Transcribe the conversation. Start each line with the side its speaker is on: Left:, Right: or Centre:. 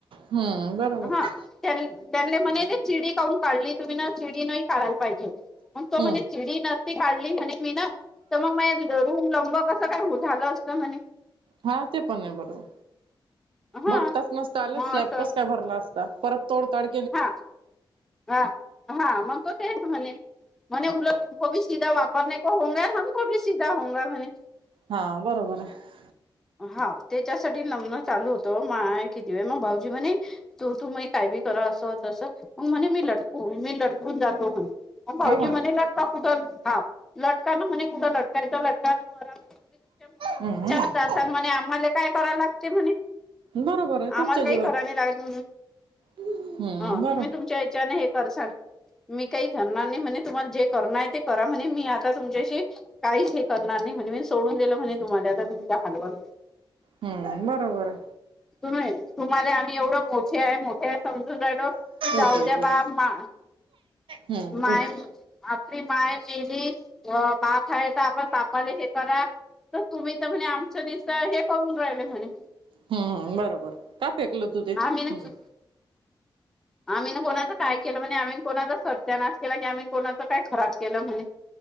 Right: हम्म बरोबर
Centre: हा त्यां म्हणे ते चिडी काढून काढली तुम्ही ना चिडी न काढायला पाहिजे मण तो
Right: हम्म
Centre: म्हणे िडी नसती काढली म्हणे मी ना तर मग म रूम लंब कसं काय झालं असत म्हणे
Right: हा ते पण आहे बरोबर
Centre: हा
Right: भरताच नसत आलं
Centre: मग
Right: स्लॅब
Centre: असं
Right: कस काय भरला असता परत तोड तड
Centre: हा हा हा मग तो तेच म्हणे म्हणे उल कोी सीधा वापरने को होगा हमक भी सीधा होगा म्ह
Right: हा बरोबर आहे
Centre: हा त्याच्यासाठी नम्न चालू होतो मा किती वे मग भाऊजी म्हणे तो तू म काय ब अस मग म्हणे मी लटकू मी लटकून जातो म्ह भाऊजी
Right: हो मग
Centre: म्हणे ल कुठ हा लटका ना म्हणे कुठं लटकायचा लटका मरा म्हण
Right: हम्म
Centre: याच्यानच असात म्हणे आम्हाला काय कराव लागते म्हणे
Right: बरोबर आहे तुमचं
Centre: आम्हाला काही
Right: जेवण
Centre: करा नाही लागल
Right: हम्म
Centre: ह
Right: बरो
Centre: तुम्ही तुमच्या हच्याने हे कर मी काही कररणार नाही म्हणजे तुम्हाला जे करणार आहे ते करा म्हणजे मी आता तुमच्याशी काहीच हे करणार नाही म्हणे मी सोडून दिलं म्हणे तुम्हाला आता तुमच्या हलवर
Right: हम् बरोबर
Centre: तुम्ही तुम्हाला आम्ही एवढं मोठे आहे मोठे आहे समजून राहिलो जाऊ
Right: उठ
Centre: द्या
Right: उठ
Centre: बाप
Right: उठ
Centre: मा
Right: हम्म
Centre: माय
Right: उठ
Centre: आपली माय मेली बा खायचा आपण बापले हे करा तर तुम्ही तर म्हणे आमच्या नि हे करून राहिलंय म्हणे
Right: हम्म बरोबर का फेकल तू ते
Centre: आम्ही ना
Right: हम्
Centre: आम्ही ना कोणाचं काय केलं म्हणे आम्ही कोणाचा सर्चा नास केला की आम्ही कोणाच काय खराब केलं म्हणे